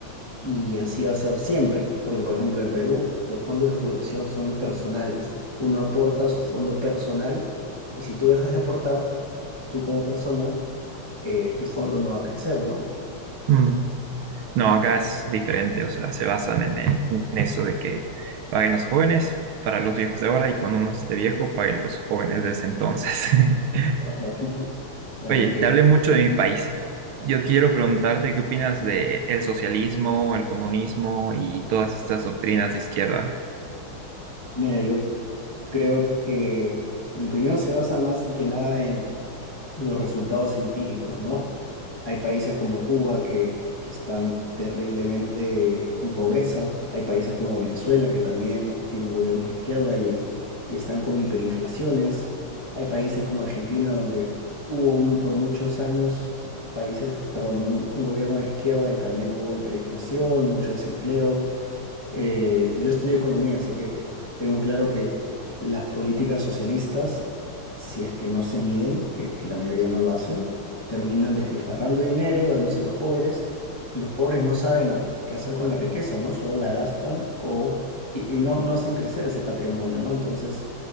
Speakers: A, on the left (about 25°); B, on the right (about 75°).
A: y así va a ser siempre, porque, por ejemplo, en Perú los fondos de jubilación son personales, uno aporta a su fondo personal y si tú dejas de aportar, tú como persona, eh, tu fondo no va a crecer, ¿no?
B: Mm. No, acá es diferente. O sea, se basan en, eh, en eso de que paguen los jóvenes para los viejos de ahora y cuando uno esté viejo, paguen los jóvenes de ese entonces. <laughs>
A: <laughs> Ah, Bueno, bueno,
B: Oye,
A: que
B: te hablé mucho de mi país. Yo quiero preguntarte qué opinas de el socialismo, el comunismo y todas estas doctrinas de izquierda.
A: mira, yo creo que mi opinión se basa más que nada en los resultados empíricos, ¿no? Hay países como Cuba que, que están terriblemente en pobreza, hay países como Venezuela que también tienen gobiernos de izquierda y, y están con hiperinflaciones, hay países como Argentina donde hubo un- por muchos años países, perdón, un un gobierno de izquierda y también hubo hiperinflación, mucho desempleo. Eh, yo estudio economía, así que tengo claro que las políticas socialistas, si es que no se miden, que, que la mayoría no lo hacen, terminan despifarrando dinero, dándose a los pobres, y los pobres no saben a- qué hacer con la riqueza, ¿no? Solo la gastan o, y, y no, no hacen crecer ese patrimonio, ¿no? Entonces,